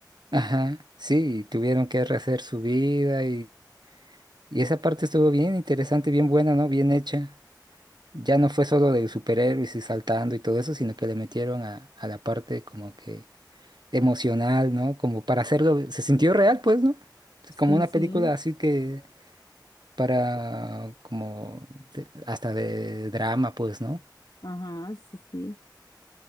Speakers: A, on the right; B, on the left.
A: ajá, sí, y tuvieron que rehacer su vida y, y esa parte estuvo bien interesante, bien buena, ¿no? Bien hecha. Ya no fue solo de superhéroes y saltando y todo eso, sino que le metieron a, a la parte como que emocional, ¿no? Como para hacerlo, se sintió real, pues, ¿no?
B: Sí,
A: Como una
B: sí,
A: película así que para, como, de- hasta de drama, pues, ¿no?
B: ajá, sí, sí,